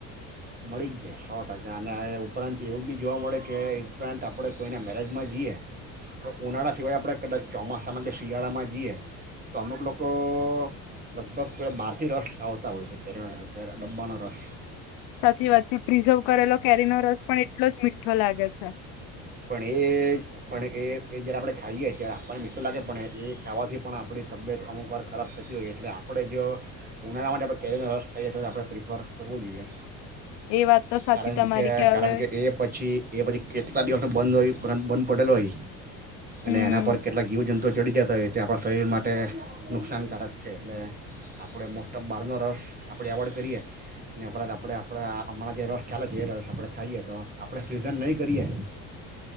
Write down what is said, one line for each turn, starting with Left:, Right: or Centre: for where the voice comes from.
Right: મળી જ જાય સો ટકા અને એ ઉપરાંત એવું બી જોવા મળે કે ઉપરાંત આપણે કોઈના મેરેજમાં જઈએ તો ઉનાળા સિવાય આપણે કદાચ ચોમાસામાં કે શિયાળામાં જઈએ તો અમુક લોકો લગભગ બહારથી રસ લાવતા હોય છે કે ડબ્બાનો રસ
Left: સાચી વાત છે પ્રિઝર્વ કરેલો કેરીનો રસ પણ એટલો જ મીઠો લાગે છે.
Right: પણ એ પણ એ જ્યારે આપણે ખાઈએ ત્યારે આપણને મીઠો લાગે પણ એ ખાવાથી પણ આપણી તબિયત અમુકવાર ખરાબ થતી હોઈ એટલે આપણે જો ઉનાળામાં જ આપણે કેરીનો રસ ખાઈએ તો આપણે પ્રિફર કરવો જોઈએ.
Left: એ વાત તો સાચી
Right: કારણ
Left: તમારી
Right: કે કારણ
Left: હવે
Right: કે એ પછી એ પછી કેટલા દિવસ બંધ હોય બંધ બંધ પડેલ હોય. અને
Left: હમ
Right: એના પર કેટલાક જીવજંતુ તો ચડી જતા હોય તે આપણા શરીર માટે નુકસાનકારક છે એટલે આપણે મોસ્ટ ઓફ બહારનો રસ આપણે એવોઇડ કરીએ ને બરા આપણે આપણા હમણાં જે રસ ચાલે છે એ રસ આપણે ખાઈએ તો આપણે ફ્રીઝન નહીં કરીએ.